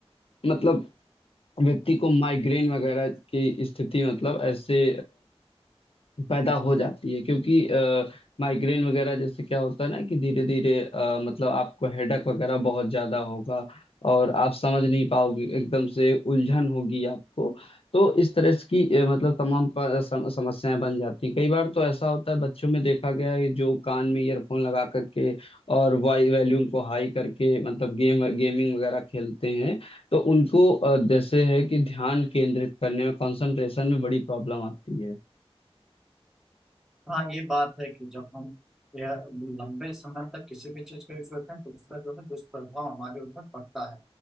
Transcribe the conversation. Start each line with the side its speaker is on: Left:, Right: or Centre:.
Left: मतलब व्यक्ति को माइग्रेन वगैरह की स्थिति मतलब ऐसे पैदा हो जाती है क्योंकि माइग्रेन वगैरह जैसे क्या होता है ना कि धीरे धीरे अ, मतलब आपको हेडक वगैरह बहुत ज्यादा होगा और आप समझ नहीं पाओगे एकदम से उलझन होगी आपको तो इस तरह की अ, मतलब तमाम प- सम, समस्याएं बन जाती हैं कई बार तो ऐसा होता है बच्चों में देखा गया है जो कान में ईयरफोन लगा करके और वाई वॉल्यूम को हाई करके मतलब गेम गेमिंग वगैरह खेलते हैं तो उनको अ, जैसे है कि ध्यान केंद्रित करने में कंसंट्रेशन में बड़ी प्रॉब्लम आती है
Centre: हाँ ये बात है कि जब हम यह लंबे समय तक किसी भी चीज़ का यूज करते हैं तो उसका जो है दुष्प्रभाव हमारे ऊपर पड़ता है